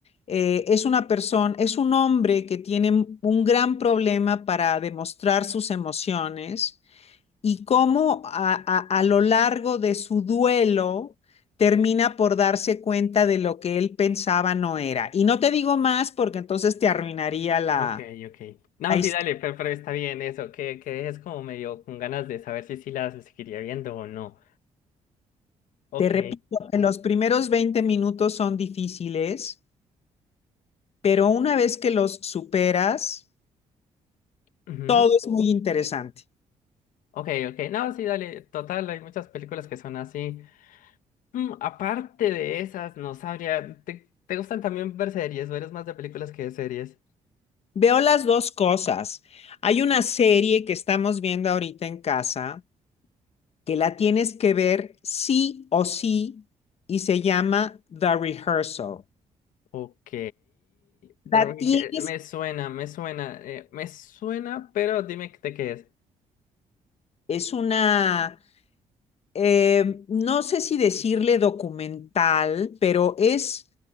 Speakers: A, on the left; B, on the left.
A: eh, es una persona, es un hombre que tiene un gran problema para demostrar sus emociones y cómo a, a, a lo largo de su duelo termina por darse cuenta de lo que él pensaba no era. Y no te digo más porque entonces te arruinaría la,
B: Ok, ok. No,
A: la historia.
B: sí, dale, pero, pero está bien eso. Que, que dejes como medio con ganas de saber si sí las seguiría viendo o no. Ok.
A: Te repito, que los primeros 20 minutos son difíciles, pero una vez que los superas,
B: ujú,
A: todo es muy interesante.
B: Ok, ok. No, sí, dale. Total, hay muchas películas que son así. Mm, aparte de esas, no sabría. ¿Te, te gustan también ver series o eres más de películas que de series?
A: Veo las dos cosas. Hay una serie que estamos viendo ahorita en casa que la tienes que ver sí o sí y se llama The Rehearsal.
B: Ok, The
A: La
B: Wicked,
A: tienes,
B: me suena, me suena, eh, me suena, pero dime de qué es.
A: es una, eh, no sé si decirle documental, pero es,